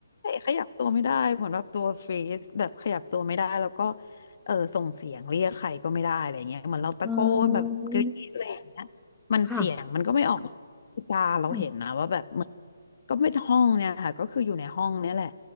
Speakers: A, on the left; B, in the centre.
A: ขยับตัวไม่ได้เหมือนแบบตัวฟรีซแบบขยับตัวไม่ได้แล้วก็เออส่งเสียงเรียกใครก็ไม่ได้อะไรเงี้ยเหมือนเราตะโกนแบบกรี๊ดอะไรอย่างเงี้ย
B: อืม
A: มันเสียงมันก็ไม่ออก
B: ค่ะ
A: คือตาเราเห็นนะว่าแบบเหมือน
B: ค่ะ
A: ก็ไม่ห้องเนี่ยค่ะก็คืออยู่ในห้องเนี่ยแหละ